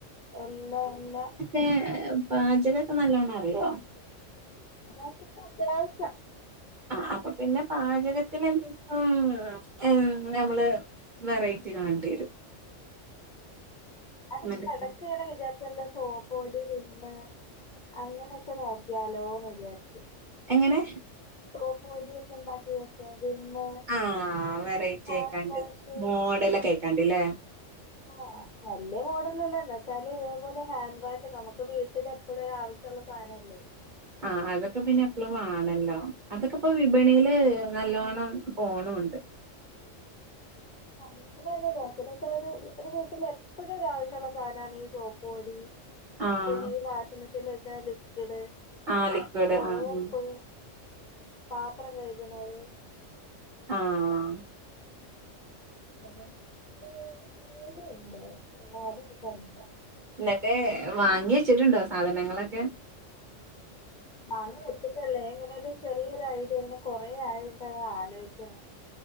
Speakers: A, on the left; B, on the right.
A: എല്ലാ എല്ല
B: ഏഹ് പാചകൊക്കെനല്ലോണറിയോ
A: ബാക്കികെഅത്യാവശ്യം
B: ആഹ് അപ്പൊ പിന്നെ പാചകത്തി എന്ത് ചെയ ഉം എം നമ്മള് വെറൈറ്റി കാണേണ്ടി വരും
A: അതങ്ങനെ
B: എന്നിട്ട്
A: എടക്കങ്ങനെ വിചാരിച ചല്ല സോപോടി വിമമ് അങ്ങനെയൊക്കെ നോക്കിയാലോന്ന് വിചാരിച്ച്
B: എങ്ങനെ
A: സോപ്പ് പൊട്ടിയൊക്കെണ്ടാക്കി വക്ക വിമ്മ്
B: ആഹ് വെറൈറ്റി
A: ഹാൻഡ്
B: ആയിക്കാണ്ട്
A: വാഷ്
B: മോഡലൊക്കെ
A: അങ്ങനെ
B: ആയിക്കാണ്ട്ല്ലേ
A: ആഹ് വല്യ മോഡലല്ല ന്താ ച്ചാല് ഇതേപോലെ ഹാൻഡ് വാഷൊക്കെ നമുക്ക് വീട്ടലെ പ്പോഴൊരാവശ്യള്ള സാധനല്ലേ
B: ആഹ് അതൊക്കെ പിന്നെ എപ്പൊളും വാണല്ലോ അതൊക്കെ പ്പൊ വിപണിയില് നല്ലോണം പോണുണ്ട്
A: അങ്ങനെ നോക്കിയത് മറ്റെതൊക്കെ ഒര് ഒര് വീട്ടിലെ പ്പൊഴൊരാവശ്യള്ള സാധനാ ണീ സോപോടി
B: ആഹ്
A: പിന്നെ ഈ വാഷിംഗ് മെഷീനിലൊഴിക്കണ ലിക്വിഡ്
B: ആഹ് ലിക്വിഡ്
A: സോപ്പ്
B: ആഹ് ഉം
A: പാത്രം കഴ്ക്ന്നത്
B: ആഹ്
A: <unintelligible>
B: ന്നിട്ട് വാങ്ങി വെച്ചിട്ടുണ്ടോ സാധനങ്ങളൊക്കെ
A: വാങ്ങി വെച്ചിട്ടില്ല എങ്ങനൊരു ചെറിയൊരു ഐഡിയ ങ്ങനെ കൊറേ ആയിട്ടാലോചിക്കുന്നു